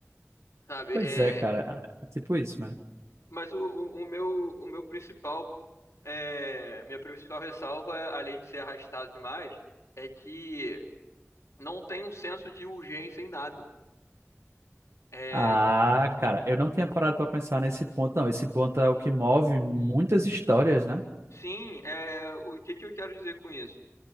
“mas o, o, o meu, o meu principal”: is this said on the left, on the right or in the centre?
Left